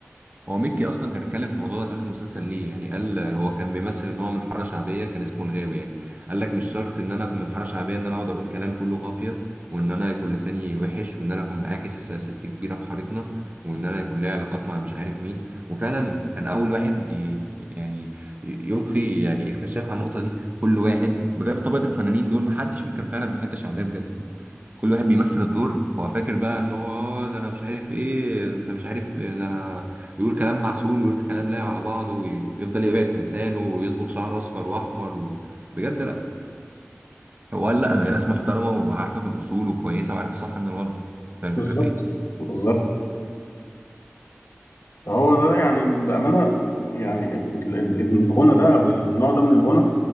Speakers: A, on the right (about 35°); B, on the left (about 70°).
A: هو ميكي اصلا كان اتكلم في الموضوع ده في اخر مسلسل ليه يعني قال هو كان بيمثل ان هو من حاره شعبيه كان اسمه الغاوي يعني قال لك مش شرط ان انا اكون من حاره شعبيه ان انا اقعد اقول كلام كله قافيه وان انا يكون لساني وحش وان انا اكون بعاكس ست كبيره في حارتنا وان انا يكون ليا علاقات مع مش عارف مين وفعلا كان اول واحد ي- يعني ي- يلقي يعني إيه الكشاف على النقطه دي كل واحد بجد طبقه الفنانين دول محدش فيهم كان فعلا من حته شعبيه بجد كل واحد بيمثل الدور هو فاكر بقى ان هو آه، ده انا مش عارف ايه ده انت مش عارف إيه، ده انا يقول كلام معسول ويقول كلام لايق على بعضه ويفضل يقعد في لسانه ويصبغ شعره اصفر واحمر و... بجد لا هو قال لا هي ناس محترمه وعارفه في الاصول وكويسه وعارفه الصح من الغلط فاهم
B: بالظبط
A: الفكره في ايه؟
B: بالظبط هو ده يعني بامانه يعني ال- ال- الغنى ده او النوع ده من الغنى